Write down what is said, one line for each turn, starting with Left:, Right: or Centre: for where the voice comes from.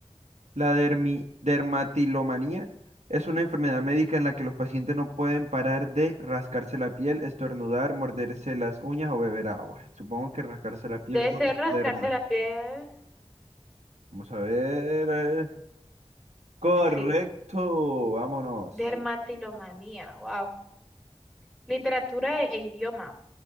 Right: La dermi- dermatilomanía es una enfermedad médica en la que los pacientes no pueden parar de rascarse la piel, estornudar, morderse las uñas o beber agua. Supongo que rascarse la piel
Centre: Debe
Right: por
Centre: ser
Right: derma.
Centre: rascarse la piel.
Right: Vamos a ver. eh, Correcto,
Centre: Sí.
Right: vámonos.
Centre: Dermatilomanía. Wow. Literatura e, e idioma.